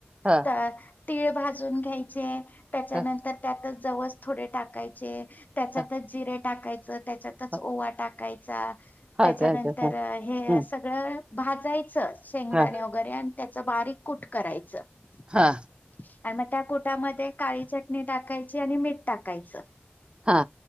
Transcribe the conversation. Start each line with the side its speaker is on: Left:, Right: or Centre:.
Right: हा
Left: तर. तीळ भाजून घ्यायचे. त्याच्यानंतर
Right: हा
Left: त्यातच जवच थोडे टाकायचे. त्याच्यातच
Right: हा
Left: जिरे टाकायचं. त्याच्यातच
Right: हा
Left: ओवा टाकायचा.
Right: हा
Left: त्याच्यानंतर
Right: ते ते हा
Left: हे
Right: हम्म
Left: सगळं भाजायचं. शेंगदाणे
Right: हा
Left: वगैरे आणि त्याच बारीक. कुट करायच आणि
Right: हा
Left: मग. त्या कुटामध्ये काळी चटणी टाकायची. आणि मीठ टाकायच.
Right: हा